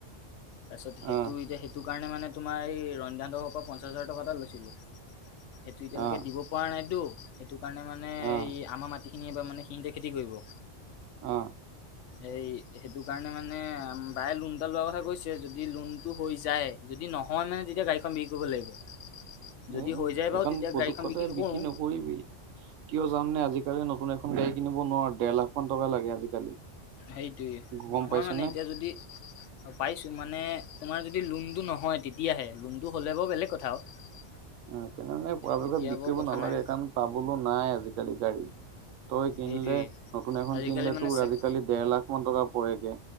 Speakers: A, on the left; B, on the right.
A: তাৰপিছত সেইটো
B: অ
A: এতিয়া সেইটো কাৰণে মানে তোমাৰ এই ৰন্ধা দৰ পৰা পঞ্চাছ হাজাৰ টকা এটা লৈছিলো। সেটো এতিয়ালৈকে
B: অ
A: দিব পৰা নাইতো। সেইটো কাৰণে মানে
B: অ
A: এই আমাৰ মাটি সিনি এইবাৰ মানে সিহঁতে খেতি কৰিব
B: অ।
A: এই সেইটো কাৰণে মানে বাই লোন এটা লোৱাৰ কথা কৈছে। যদি লোনটো হৈ যায় যদি নহয় মানে তেতিয়া গাড়ীখন বিক্ৰী কৰিব লাগিব। যদি
B: এ
A: হৈ যায় বাৰু
B: এইখন
A: তেতিয়া
B: পুতোককতে
A: গাড়ীখন নকৰো
B: বিক্ৰী নকৰিবি। কিয় জাননে? আজিকালি নতুন এখন গাড়ী কিনিব নোৱাৰ। দেৰ লাখ মান টকা লাগে আজিকালি।
A: হেইটোৱে।
B: গম
A: নহয়
B: পাইছ
A: মানে
B: নে
A: এতিয়া যদি পাইছোঁ মানে তোমাৰ যদি লোনটো নহয় তেতিয়াহে। লোনটো হ'লে বাৰু বেলেগ কথা আৰু।
B: উ তেনে মানে পৰাপক্ষত
A: তেতিয়া
B: বিক্ৰী
A: বাৰু
B: কৰিব
A: কথা
B: নালাগে
A: নাই
B: স কাৰণ পাবলৈ নাই আজিকালি গাড়ী। তই কিনিলে
A: সেইটোৱে
B: নতুন এখন
A: আজিকালি
B: কিনিলে
A: মানে
B: তোৰ
A: চেক
B: আজিকালি দেৰ লাখ মান টকা পৰেগে।